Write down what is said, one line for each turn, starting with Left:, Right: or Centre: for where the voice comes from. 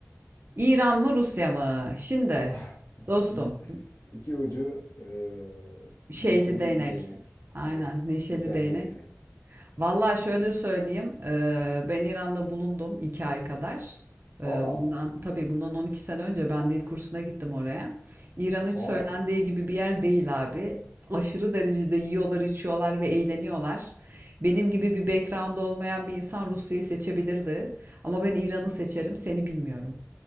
Right: İran mı Rusya mı? Şimdi
Left: <laughs>
Right: dostum
Left: İ- İki ucu eee,
Right: şeyli
Left: neşeli
Right: değnek.
Left: bir değnek.
Right: Aynen
Left: Evet,
Right: neşeli
Left: dikenli
Right: değnek.
Left: değnek.
Right: Vallahi şöyle söyleyeyim, eee, ben İran'da bulundum 2 ay kadar. Eee,
Left: Aa,
Right: Bundan tabii bundan 12 sene önce ben dil kursuna gittim oraya. İran hiç
Left: aa.
Right: söylendiği gibi bir yer değil abi. Aşırı derecede yiyorlar, içiyorlar ve eğleniyorlar. Benim gibi bir background olmayan bir insan Rusya'yı seçebilirdi. Ama ben İran'ı seçerim, seni bilmiyorum.